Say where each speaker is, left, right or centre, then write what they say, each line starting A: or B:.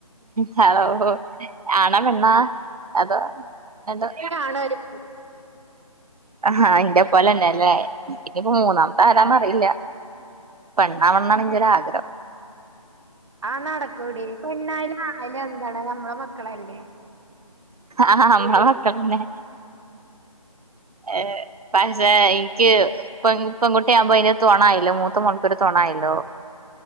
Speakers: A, on the right; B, on the right.
A: ഹലോ ആണാ പെണ്ണാ അതോ രണ്ടും
B: <unintelligible>
A: ആഹ് ഇന്റെ പോലെന്നെല്ലേ ഇൻ്റെ ഇപ്പോ മൂന്നാമ ഇതരാന്ന്
B: അതെ
A: അറിയില്ലാ പെണ്ണാവണം ഇൻ്റൊരു ആഗ്രഹം
B: ആഹ് നടക്കൂടി പെണ്ണായാലും ആണായാലും എന്താണ് നമ്മളെ മക്കളല്ലേ
A: ആഹ് നമ്മളെ മക്കളെന്നെ ഏഹ് പഷേ ഇൻ ഇൻക്ക് പെ പെങ്കുട്ടി ആവുമ്പോ അയിന് ഒര് തൊണ ആയല്ലോ മൂത്തമോൾക്ക് ഒരു തൊണായല്ലോ